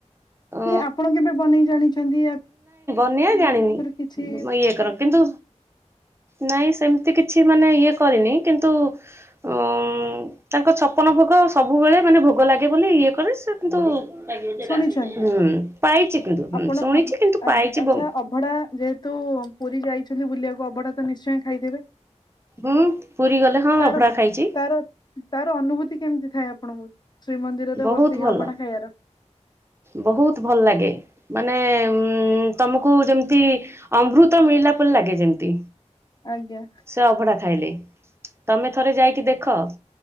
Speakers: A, on the right (about 20°); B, on the left (about 35°).
A: ଅ
B: ନ ଆପଣ କେବେ ବନେଇ ଜାଣିଛନ୍ତି?
A: ନିଆଁ ଜାଣିନି
B: ଉପରେ କିଛି
A: ଇଏ କର କିନ୍ତୁ ନାଇଁ ସେମତି କିଛି ମାନେ ଇଏ କରିନି, କିନ୍ତୁ ଉ ତାଙ୍କ ଛପନ ଭୋଗ ସବୁବେଳେ ମାନେ ଭୋଗ ଲାଗେ ବୋଲି ଇଏ କରେ ସେ କିନ୍ତୁ ହୁଁ
B: ଶୁଣିଛନ୍ତି
A: ପାଇଛି କିନ୍ତୁ, ହଁ
B: ଆପଣ
A: ଶୁଣିଛି କିନ୍ତୁ ପାଇଛି
B: ଆଚ୍ଛା
A: ବ
B: ଅଭଡା ଯେହେତୁ ପୁରୀ ଯାଇଛନ୍ତି ବୁଲିବାକୁ ଅଭଢା ତ ନିଶ୍ଚୟ ଖାଇଥେବେ?
A: ହୁଁ ପୁରୀ ଗଲେ ହଁ
B: ତାର
A: ଅଭଡ଼ା ଖାଇଛି।
B: ତାର ତାର ଅନୁଭୂତି କେମିତି? ଥାଏ ଆପଣଙ୍କୁ ଶ୍ରୀମନ୍ଦିରରେ
A: ବହୁତ
B: ବସିକି
A: ଭଲ
B: ଅବଢା ଖାଇବାର
A: ବହୁତ ଭଲ ଲାଗେ। ମାନେ ଉ ତମକୁ ଯେମିତି ଅମୃତ ମିଳିଲା ପରେ ଲାଗେ ଯେମିତି।
B: ଆଜ୍ଞା
A: ସେ ଅଭଢା ଖାଇଲେ ତମେ ଥରେ ଯାଇକି ଦେଖ।